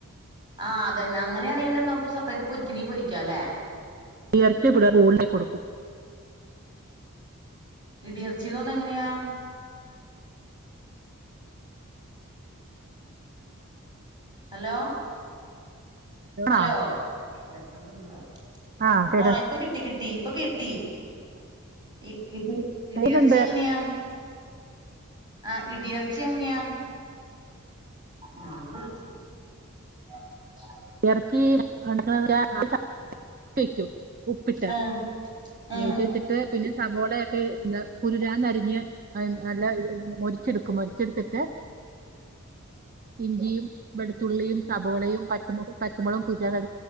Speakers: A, on the right; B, on the right.
A: ആഹ് അതന്നെ അങ്ങനെയാണെങ്കി പിന്നെ നമുക്ക് സെപ്പറേറ്റ് പൊരിക്കുന്നേ പൊരിക്കാം അല്ലേ
B: ഉയർച്ച പിട മോൾടെ കൊടുക്കും
A: ഇടിയിറച്ചീന്ന് പറഞ്ഞാ എങ്ങനെയാ ഹലോ ഹലോ
B: ആ
A: കേക്കാതെ പോവാ
B: ആ കേക്കാം
A: ആഹ് ഇപ്പൊ കിട്ടി കിട്ടി ടീ പകി ട്ടി. ഇ ഇ ഇടിയർച്ചി
B: കേൾക്കുന്നുണ്ട്
A: എങ്ങെന്യാ ആഹ്. ഇടിയറ്ച്ചി എങ്ങനെയാ ബാങ്ക് കൊട്ത്ത് <unintelligible>
B: എറച്ചീ <unintelligible> <unintelligible> ട്ട് വെക്കും ഉപ്പിട്ട്.
A: ആഹ് ആഹ്
B: ഏസ്യച്ചിട്ട് പിന്നെ സബോളയൊക്കെ ഇന്ന് കുരുരാ ന്നരി- നിയ നല്ല മൊരിച്ചെടുക്കും മൊന് മൊരിച്ചെട്ത്തിട്ട് ഇഞ്ചിയും വെളുത്തുള്ളിയും സബോളയും പ പച്ചമൊളകും <unintelligible> ബ